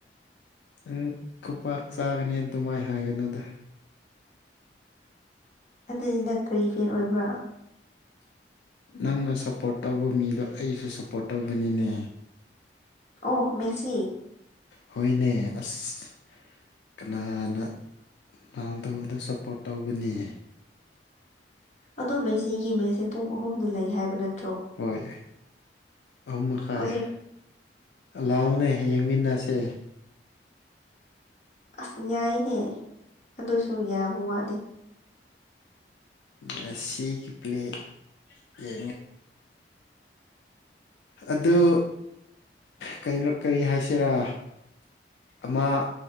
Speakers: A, on the left; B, on the left.
A: ꯅꯪ ꯈꯨꯄꯥꯛꯥꯛ ꯆꯥꯒꯅꯦꯅ ꯑꯗꯨꯃꯥꯏ ꯍꯥꯏꯒꯅꯣꯗ
B: ꯑꯗꯨꯗꯤ ꯅꯪ ꯀꯔꯤ ꯐꯦꯟ ꯑꯣꯏꯕ꯭ꯔꯥ
A: ꯅꯪꯅ ꯁꯞꯄꯣꯔꯠ ꯇꯧꯕ ꯃꯤꯗꯣ ꯑꯩꯁꯨ ꯁꯞꯄꯣꯔꯠ ꯇꯧꯕꯅꯤꯅꯦ
B: ꯑꯣ ꯃꯦꯁꯤ
A: ꯍꯅꯦ ꯑꯁ ꯀꯅꯥꯅ ꯂꯥꯡꯗꯧꯗ ꯁꯞꯄꯣꯔꯠ ꯇꯧꯒꯅꯤ
B: ꯑꯗꯣꯝꯃꯦ ꯁꯤꯒꯤ ꯃꯦꯁꯦ ꯄꯨꯡ ꯑꯍꯨꯝꯗ ꯂꯩ ꯍꯥꯏꯕ ꯅꯠꯇꯦ
A: ꯍꯣꯏ ꯑꯍꯨꯝ ꯃꯈꯥꯏ
B: ꯍꯧꯖꯤꯛ
A: ꯂꯥꯎꯅ ꯌꯦꯡꯃꯤꯟꯅꯁꯦ
B: ꯑꯁ ꯌꯥꯏꯅꯦ ꯑꯗꯨꯁꯨ ꯌꯥꯕ ꯋꯥꯠꯂ
A: ꯃꯦꯁꯤ ꯀꯤ ꯄ꯭ꯂꯦ ꯌꯦ ꯑꯗꯨ ꯀꯩꯅꯣ ꯀꯔꯤ ꯍꯥꯏꯁꯤꯔꯥ ꯑꯃ